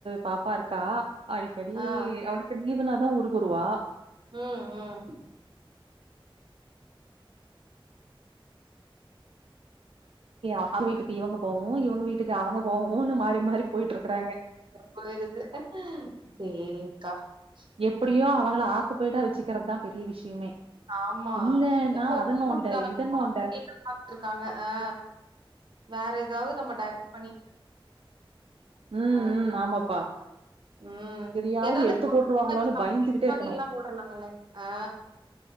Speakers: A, on the right; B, on the right.
A: பாப்பா இருக்கா அடிக்கடி
B: ஆ
A: அவனுக் <unintelligible> லீவுனாதா ஊருக்கு வருவா
B: ம் ம்
A: அவங்க வீட்டுக்கு இவங்க போவவு இவங்க வீட்டுக்கு அவங்க போவவுன்னு மாறி மாறி போயிட் இருக்கிறாங்க
B: போயிருது சேரிங்க்கா
A: எப்டியோ
B: ம்
A: அவங்கள ஆக் குபய்டா வச்சுக்கிறதுதா பெரிய விஷயமே
B: ஆமா
A: இல்லன்னா
B: எப்ப
A: அத
B: <inaudible>
A: நோண்ட
B: குடுத்தாலு
A: இத நோண்ட
B: <inaudible> சாப்ட்ருக்காங்க அ வேற ஏதாவது நம்ம டைவட் பண்ணி
A: ம்
B: ஆமா
A: ம் ஆமாப்பா
B: ம்
A: எதையாவது
B: ஏதாவது
A: எடுத்து
B: கார்ன்
A: போட்ருவாங்களோன்னு பயந்துகிட்டே
B: மாறி
A: இருக்கணு
B: <inaudible> எல்லா போட்றாலாங்கல்லே அ